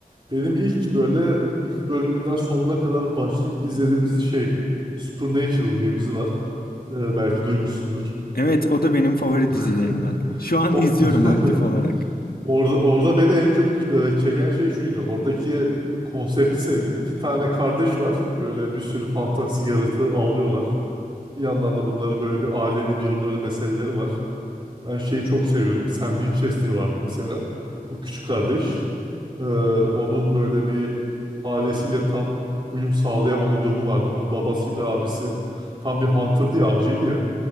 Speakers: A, on the right; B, on the left.
A: Benim ilk böyle ilk bölümünden sonuna kadar başlayıp izlediğim dizi şey Supernatural diye bir dizi var. Eee, belki duymuşsundur.
B: Evet, o da benim favori dizilerimden.
A: <laughs>
B: Şu an
A: O
B: izliyorum
A: <laughs>
B: aktif olarak.
A: Orada, orada beni en çok e, çeken şey şuydu. Oradaki konsepti sevdim. İki tane kardeş var. Böyle bir sürü fantastik yaratığı avlıyorlar. Bir yandan da bunların böyle bir ailevi durumları, meseleleri var. Ben şeyi çok seviyordum. Sam Winchester vardı mesela. Bu küçük kardeş. Ee, onun böyle bir ailesiyle tam uyum sağlayamama durumu vardı. Onun babasıyla abisi tam bir hunter'dı ya, avcıydı ya.